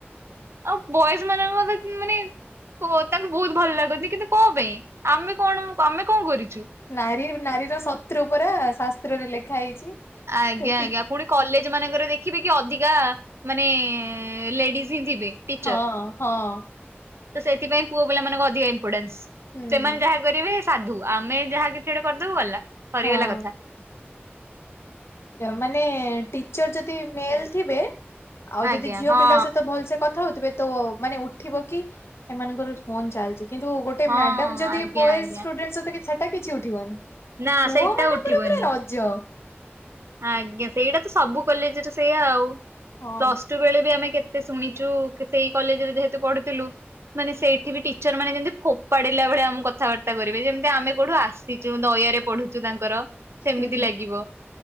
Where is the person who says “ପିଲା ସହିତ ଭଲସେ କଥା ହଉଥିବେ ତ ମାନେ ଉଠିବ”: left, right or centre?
Left